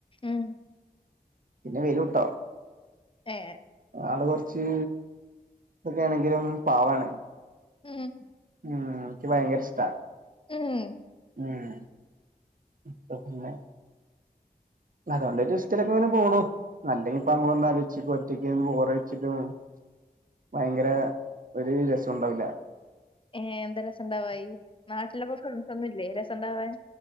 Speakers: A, on the left; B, on the right.
A: ഉം
B: പിന്നെ വരുട്ടോ
A: ഏ
B: ആൾ കൊറച്ച് ഇതൊക്കെയാണെങ്കിലും പാവാണ്.
A: ഉം
B: ഉം ഇക്ക് ഭയങ്കര ഇഷ്ടാ
A: ഉം
B: ഉം ഇപ്പ പിന്നെ അതോണ്ട് ഒരു രസത്തിലൊക്കെങ്ങനെ പോണു. അല്ലെങ്കി ഇപ്പമ്മളൊന്ന് ആലോചിച്ചോക്ക് ഒറ്റയ്ക്കിരുന്ന് ബോറടിച്ചിട്ട് ഭയങ്കര ഒരു രസോണ്ടാവില്ല
A: ഏ എന്താ രസംണ്ടാവായി? നാട്ടിലപ്പോ ഫ്രൻസ് ഒന്നൂല്ലേ രസംണ്ടാവാൻ?